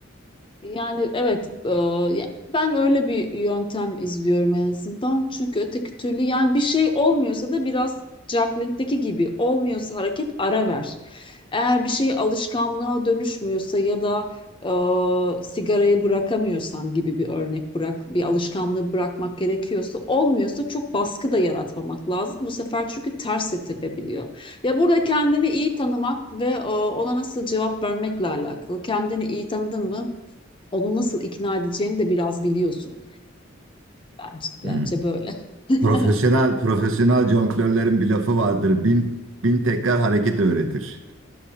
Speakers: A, on the left; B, on the right.
A: Yani evet e, ya- ben öyle bir yöntem izliyorum en azından. Çünkü öteki türlü yani bir şey olmuyorsa da biraz juggling'deki gibi olmuyorsa hareket ara ver. Eğer bir şey alışkanlığa dönüşmüyorsa ya da e, sigarayı bırakamıyorsam gibi bir örnek bırak bir alışkanlığı bırakmak gerekiyorsa olmuyorsa çok baskı da yaratmamak lazım. Bu sefer çünkü ters de tepebiliyor. Ya burada kendini iyi tanımak ve e, ona nasıl cevap vermekle alakalı. Kendini iyi tanıdın mı? onu nasıl ikna edeceğini de biraz biliyorsun. Bence, bence
B: Hmm.
A: böyle. <laughs>
B: Profesyonel profesyonel jonglörlerin bir lafı vardır. Bin bin tekrar hareket öğretir.